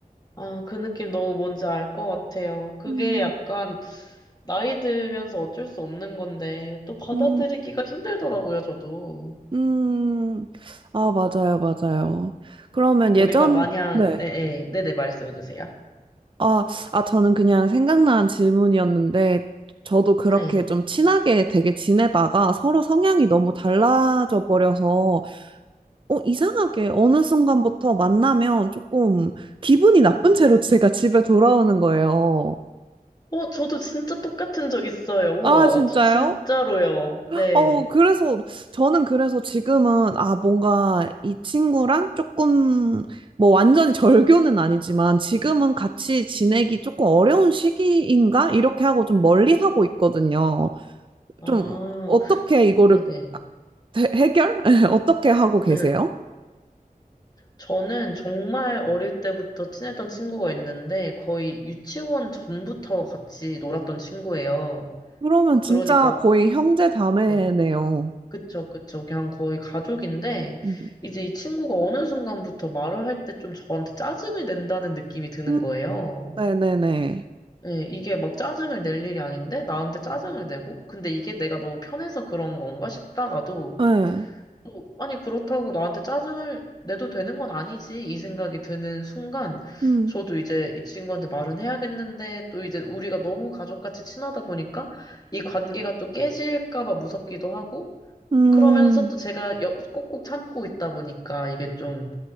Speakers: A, on the left; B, on the right.
A: 아, 그 느낌 너무 뭔지 알 것 같아요. 그게
B: 음,
A: 약간 나이 들면서 어쩔 수 없는 건데 또 받아들이기가
B: 음,
A: 힘들더라고요, 저도.
B: 음, 아, 맞아요, 맞아요. 그러면 예전,
A: 우리가 마냥
B: 네.
A: 네, 네, 네, 말씀해 주세요.
B: 아, 아, 저는 그냥 생각난 질문이었는데, 저도 그렇게
A: 네.
B: 좀 친하게 되게 지내다가 서로 성향이 너무 달라져 버려서, 어, 이상하게 어느 순간부터 만나면 조금 기분이 나쁜 채로 제가 집에 돌아오는 거예요.
A: 어, 저도 진짜 똑같은 적 있어요. 우와,
B: 아, 진짜요?
A: 저 진짜로요. 네.
B: 어, 그래서, 저는 그래서 지금은, 아, 뭔가 이 친구랑 조금, 뭐 완전히 절교는 아니지만, 지금은 같이 지내기 조금 어려운 시기인가? 이렇게 하고 좀 멀리 하고 있거든요.
A: 아,
B: 좀, 어떻게 이거를
A: 네네.
B: 대- 해결? <laughs> 어떻게 하고 계세요?
A: 네. 저는 정말 어릴 때부터 친했던 친구가 있는데 거의 유치원 전부터 같이 놀았던 친구예요.
B: 그러면
A: 그러니까
B: 진짜 거의 형제 자매네요.
A: 네. 그쵸, 그쵸. 그냥 거의 가족인데,
B: 음.
A: 이제 이 친구가 어느 순간부터 말을 할 때 좀 저한테 짜증을 낸다는 느낌이 드는
B: 음,
A: 거예요.
B: 네네네.
A: 예, 이게 막 짜증을 낼 일이 아닌데, 나한테 짜증을 내고, 근데 이게 내가 너무 편해서 그런 건가 싶다가도,
B: 네.
A: 또, 아니, 그렇다고 나한테 짜증을 내도 되는 건 아니지, 이 생각이 드는 순간,
B: 음,
A: 저도 이제 이 친구한테 말은 해야겠는데, 또 이제 우리가 너무 가족같이 친하다 보니까, 이 관계가 또 깨질까 봐 무섭기도 하고,
B: 음.
A: 그러면서 또 제가 여- 꼭꼭 참고 있다 보니까 이게 좀